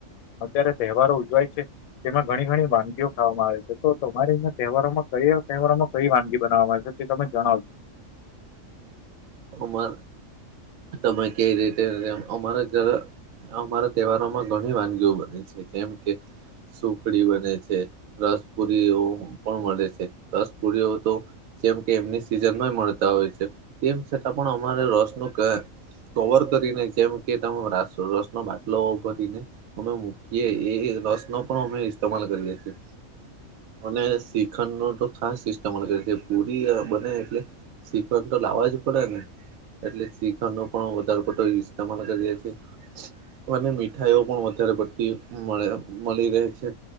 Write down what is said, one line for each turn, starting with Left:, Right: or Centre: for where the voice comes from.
Left: અત્યારે તહેવારો ઉજવાય છે. તેમાં ઘણી ઘણી વાનગીઓ ખાવામાં આવે છે તો તમારે અં તહેવારોમાં ક તહેવારોમાં કઈ વાનગી બનાવામાં આવે છે. તે તમે જણાવજો
Right: અમા તમે કવી રીતે અમારા ઘર અમારા તહેવારોમાં ઘણી વાનગીઓ બને છે કેમ કે સુખડી બને છે રસ પુરીઓ પણ મળે છે રસ પુરીઓ તો જેમ કે એમની સિઝન નય મળતા હોય છે તેમ છતાં પણ અમારે રસ ન કવર કરીને જેમ કે ત રસ ન બાટલો ભરીને અમે મૂકીએ એ રસ નો પણ અમે ઇસ્તેમાલ કરીએ છીએ. અને શીખણ ન તો ખાસ સિસ્ટમ પૂરી બને એટલે શિકન તો લાવવા જ પડેને એટલે શિખર ન પણ વધારે પો ઇસ્માલ કરીએ છી અને મીઠાઈઓ પણ વધારે પડતી મળે મળી રહે છે.